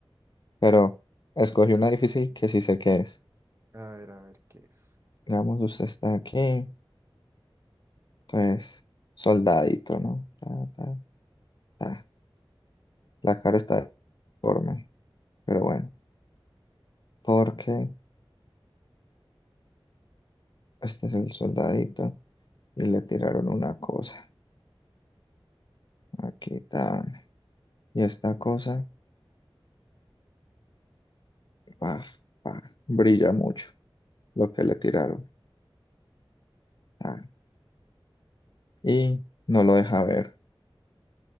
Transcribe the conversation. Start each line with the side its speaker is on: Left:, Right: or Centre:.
Left: Pero escogí una difícil que sí sé qué es.
Right: A ver, a ver qué es.
Left: Digamos, usted está aquí. Entonces, soldadito, ¿no? Ta, ta, ta. La cara está deforme. Pero bueno, porque este es el soldadito y le tiraron una cosa. Aquí está. Y esta cosa, pa, pa, brilla mucho lo que le tiraron. Tan. Y no lo deja ver,